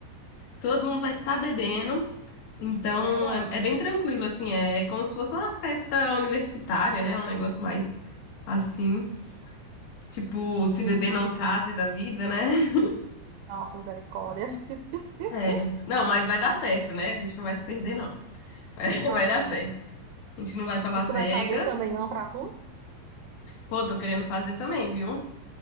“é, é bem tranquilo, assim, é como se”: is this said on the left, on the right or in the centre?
Left